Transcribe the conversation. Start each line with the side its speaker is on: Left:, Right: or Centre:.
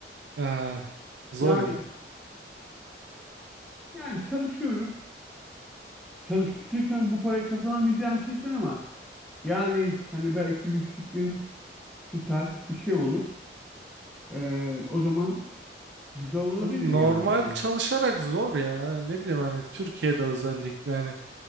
Right: e, zor
Centre: yani
Right: ya.
Centre: yani çalışıyoruz. çalışırken bu parayı kazanamayacağın kesin ama yani hani belki bir fikrin tutar bir şey olur. Ee, o zaman güzel olabilir
Right: Normal
Centre: yani hani
Right: çalışarak zor ya ne bileyim hani Türkiye'de özellikle hani